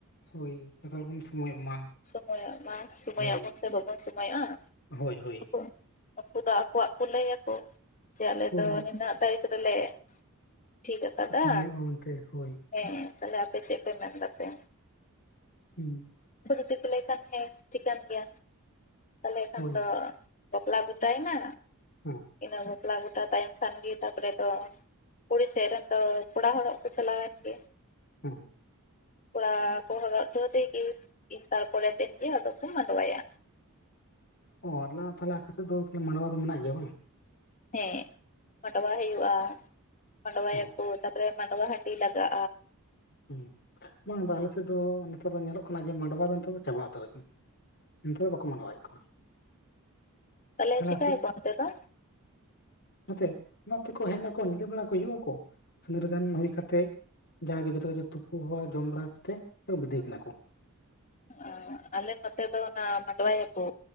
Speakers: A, on the left; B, on the left.
A: ᱦᱳᱭ ᱡᱚᱛᱚ ᱦᱚᱲ ᱵᱚᱱ ᱥᱳᱢᱚᱭᱚᱜ ᱢᱟ
B: ᱥᱚᱢᱚᱭᱚᱜ ᱢᱟ ᱥᱚᱢᱚᱭᱟᱜ
A: ᱦᱳᱭ
B: ᱵᱚᱱ ᱥᱮ ᱵᱟᱵᱚᱱ ᱥᱚᱢᱚᱭᱚᱜ-ᱟ
A: ᱦᱳᱭ ᱦᱳᱭ
B: <inaudible> ᱟᱠᱩ ᱫᱚ ᱟᱠᱚᱣᱟᱜ ᱠᱚ ᱞᱟᱹᱭ ᱟᱠᱚ ᱡᱮ ᱟᱞᱮ
A: ᱦᱳᱭ
B: ᱱᱤᱱᱟᱹᱜ ᱛᱟᱹᱨᱤᱠᱷ ᱨᱮᱞᱮ ᱴᱷᱤᱠ ᱟᱠᱟᱫᱟ
A: ᱥᱚᱢᱚᱭᱚᱜᱼᱟ ᱢᱮᱱᱛᱮ ᱦᱳᱭ
B: ᱦᱮᱸ ᱛᱟᱞᱦᱮ ᱟᱯᱮ ᱪᱮᱫ ᱯᱮ ᱢᱮᱱᱫᱟᱯᱮ
A: ᱦᱩᱸ
B: ᱩᱱᱠᱩ ᱡᱩᱫᱤ ᱠᱚ ᱞᱟᱹᱭ ᱠᱷᱟᱱ ᱦᱮᱸ ᱴᱷᱤᱠᱟᱹᱱ ᱜᱮᱭᱟ ᱛᱟᱦᱚᱞᱮ ᱠᱷᱟᱱ
A: ᱦᱳᱭ
B: ᱫᱚ ᱵᱟᱯᱞᱟ ᱜᱚᱴᱟᱭᱮᱱᱟ
A: ᱦᱮᱸ
B: ᱤᱱᱟᱹ ᱵᱟᱯᱞᱟ ᱜᱚᱴᱟ ᱛᱟᱭᱚᱢ ᱠᱷᱟᱱᱜᱮ ᱛᱟᱯᱚᱨᱮ ᱫᱚ ᱠᱩᱲᱤ ᱥᱮᱫ ᱨᱮᱱ ᱫᱚ ᱠᱚᱲᱟ ᱦᱚᱲᱚᱜ ᱠᱚ ᱪᱟᱞᱟᱣ ᱮᱱ ᱜᱮ
A: ᱦᱩᱸ
B: ᱠᱚᱲᱟ ᱠᱚ ᱦᱚᱨᱚᱜ ᱦᱚᱴᱚ ᱟᱫᱮ ᱜᱮ ᱴᱷᱤᱠ ᱛᱟᱨᱯᱚᱨᱮᱨ ᱫᱤᱱ ᱜᱮ ᱟᱫᱚ ᱠᱚ ᱢᱟᱸᱰᱣᱟᱭᱟ
A: ᱚᱸ ᱚᱞᱟ ᱛᱟᱦᱚᱞᱮ ᱟᱯᱮ ᱥᱮᱫ ᱫᱚ ᱢᱟᱰᱣᱟ ᱫᱚ ᱢᱮᱱᱟᱜ ᱜᱮᱭᱟ ᱵᱟᱝ
B: ᱦᱮᱸ ᱢᱟᱸᱰᱣᱟ ᱦᱩᱭᱩᱜ-ᱟ ᱢᱟᱸᱰᱣᱟᱭ
A: ᱚ
B: ᱟᱠᱚ ᱛᱟᱯᱚᱨᱮ ᱢᱟᱰᱣᱟ ᱦᱟᱹᱰᱤ ᱞᱟᱜ-ᱟ
A: ᱦᱩᱸ ᱵᱟᱝ ᱟᱞᱮ ᱥᱮᱫ ᱫᱚ ᱱᱮᱛᱟᱨ ᱫᱚ ᱧᱮᱞᱚᱜ ᱠᱟᱱᱟ ᱡᱮ ᱢᱟᱰᱣᱟ ᱫᱚ ᱱᱮᱛᱟᱨ ᱫᱚ ᱪᱟᱵᱟ ᱩᱛᱟᱹᱨ ᱠᱟᱱᱟ᱾ ᱱᱮᱛᱟᱨ ᱫᱚ ᱵᱟᱠᱚ ᱢᱟᱰᱣᱟᱭᱮᱫ ᱠᱚᱣᱟ
B: ᱛᱟᱞᱮ
A: ᱛᱟᱦᱚᱞᱮ
B: ᱪᱤᱠᱟᱹᱭ ᱟᱠᱚᱱᱛᱮ ᱫᱚ
A: ᱱᱟᱛᱮ ᱱᱟᱛᱮᱠᱚ ᱦᱮᱡ ᱱᱟᱠᱚ ᱧᱤᱫᱟᱹ ᱵᱮᱲᱟ ᱠᱚ ᱦᱤᱡᱩᱜ ᱟᱠᱚ ᱥᱤᱫᱽᱨᱟᱹ ᱫᱟᱱ ᱦᱩᱭ ᱠᱟᱛᱮᱫ ᱡᱟᱣᱟᱭ ᱜᱤᱫᱽᱨᱟᱹ <unintelligible> ᱛᱩᱯᱩ <unintelligible> ᱡᱚᱢ ᱵᱟᱲᱟ ᱠᱟᱛᱮᱜ ᱟᱫᱚ ᱵᱤᱫᱟᱹᱭ ᱠᱟᱱᱟ ᱠᱚ᱾
B: ᱟᱸ ᱟᱞᱮ ᱱᱚᱛᱮ ᱫᱚ ᱚᱱᱟ ᱢᱟᱰᱣᱟᱭᱟᱠᱚ